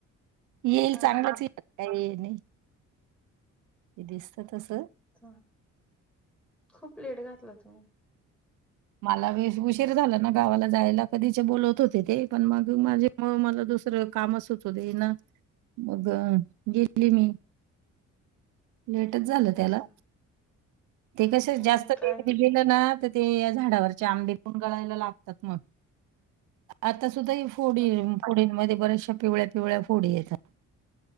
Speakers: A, on the right; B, in the centre.
A: येईल
B: हां,
A: चांगलंच ये काय ये नाही दिसत तस
B: ह खूप लेट घातला तुम्ही
A: मला वि उशीर झाला ना गावाला जायला कधी बोलवत होते ते पण मग माझे मला दुसरं कामच होते ना मग गेली मी लेटच झालं
B: अच्छा.
A: त्याला ते कसं‌‌
B: हं,
A: जास्त
B: कारण
A: ते
B: की
A: गेलं ना. ते या झाडावरचे आंबे पण गळायला लागतात मग आता सुद्धा ह फोडी
B: हां, हां.
A: फोडीमध्येध्येबऱ्याचशा पिवळ्या पिवळ्या फोडी येतात.